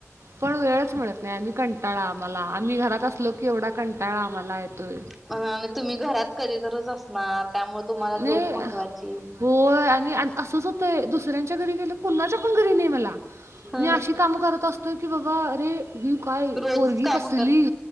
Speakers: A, on the right; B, in the centre.
A: पण वेळच म्हणत नाही आम्ही कंटाळा आम्हाला आम्ही घरात असलो की एवढा कंटाळा आम्हाला येतोय
B: ह आणि तुम्ही घरात कधीतच असणार त्यामुळे तुम्हाला
A: नाही
B: झोप महत्त्वाची
A: होय आणि असंच होतंय दुसऱ्यांच्या घरी गेलं कणाच्या पण घरी नाही मला
B: ह
A: मी अशी काम करत असतो की बाबा अरे ी काय
B: रोजच
A: पोरगी
B: काम
A: कसली
B: कर